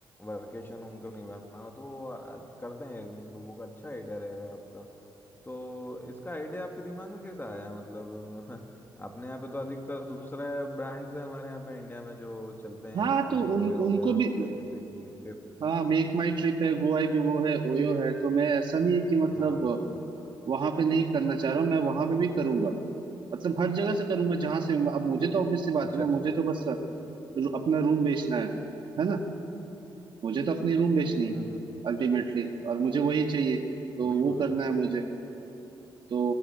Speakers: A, on the left; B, on the right.
A: वर्केशन उनको निभाना हो तो वो आ- करते हैं एयरबीएनबी बुक अच्छा आइडिया रहेगा आपका तो इसका आइडिया आपके दिमाग में कैसा आया मतलब <laughs> अपने यहाँ पे तो अधिकतर दूसरा ब्रांड से हमारे यहाँ पे इंडिया में जो चलते हैं
B: हाँ
A: इस चीज़
B: तो
A: में ओयो
B: उन उनको
A: वगैरह
B: भी
A: हो गया जैसे कि ट्रिप
B: हाँ मेक माई ट्रिप है गोवा भी वो है ओयो है तो मैं ऐसा नहीं है कि मतलब
A: हाँ हाँ,
B: वहां पे नहीं करना चाह रहा हूँ मैं वहां पे भी करूंगा मतलब हर जगह से करूंगा जहां से अब मुझे तो ऑब्वियस सी
A: अच्छा
B: बात है ना
A: अच्छा
B: मुझे तो बस रू- अपना रूम बेचना है है ना मुझे तो अपनी रूम बेचनी है
A: हम्म हम्म
B: अल्टीमेटली और मुझे वही चाहिए तो
A: बिल्कुल
B: वो करना है मुझे तो